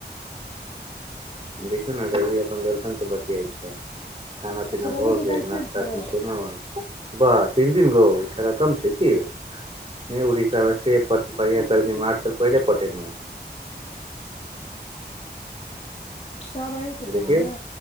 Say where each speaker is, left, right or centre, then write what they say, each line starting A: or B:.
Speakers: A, on the right; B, on the left.
A: देखिय ने अभी अपन गर्लफ्रेंड सँ बतियाइ छै खाना पीना
B: अच्छा रवि
A: भो
B: के
A: गेल
B: गर्लफ्रेंड
A: नश्ता
B: छै
A: छैना हो वाह तीन तीन गो उ छौरा कम छै की नहि उड़ीसा मे सेढ़ार पहिले पटेल
B: सब अहीं के कहैये
A: देखियौ